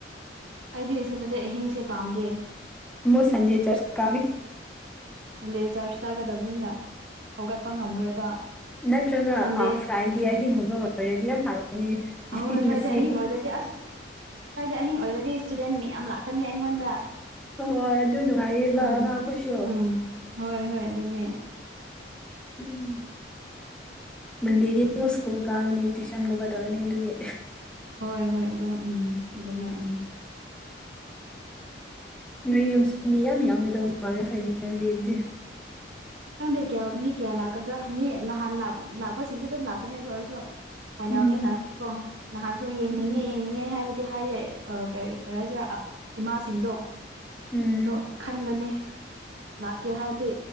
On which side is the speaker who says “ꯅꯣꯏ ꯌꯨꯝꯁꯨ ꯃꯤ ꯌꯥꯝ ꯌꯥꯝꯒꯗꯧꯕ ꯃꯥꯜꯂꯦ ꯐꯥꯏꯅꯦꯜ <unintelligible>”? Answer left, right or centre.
Centre